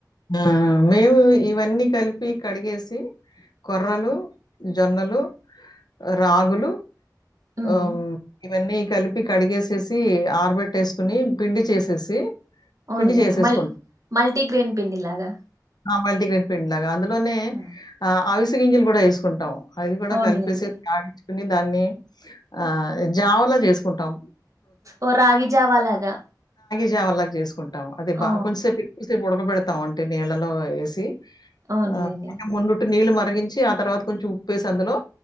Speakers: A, on the left (about 70°); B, on the right (about 50°).
A: ఆ ఆ మేము ఇవన్నీ కలిపి కడిగేసి కొర్రలు జొన్నలు రాగులు
B: ఉమ్
A: వో ఇవన్నీ కలిపి కడిగేసేసి ఆరబెట్టేసుకుని పిండి చేసేసి పిండి
B: ఉన్లే
A: చేసేసుకుంటాం.
B: మల్ మల్టీగ్రీన్ పిండిలాగా
A: ఆ మల్టిగ్రీన్ పిండి లాగా అందులోనే
B: ఆ,
A: ఆవిస్ కింజలు కూడా ఏసుకుంటావ్ అది కూడా
B: అవునులేండి
A: కలిపేసే యాడిచ్ నిదానే ఆ జావలా చేసుకుంటాం.
B: ఓ రాగిజావా లాగా
A: జావాలా జేస్క్ కుంటాం. అదే బా
B: ఆ
A: కొంచసేపు ఎక్కువ సేప్ ఉడకబెడ్తామ్ ఉంటే నీళ్ళలో వేసి
B: అవునులేండి
A: ఆ ముందటి నీలు మారి తరిగించి ఆ తర్వాత కొంచెం ఉప్పుేసి అందులో